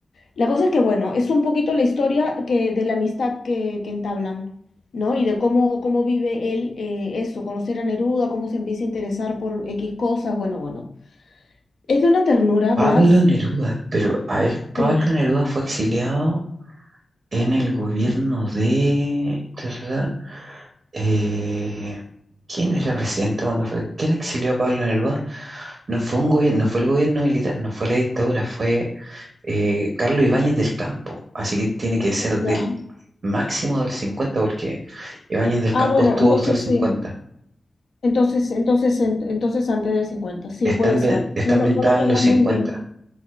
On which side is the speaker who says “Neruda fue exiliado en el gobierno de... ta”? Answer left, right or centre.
Right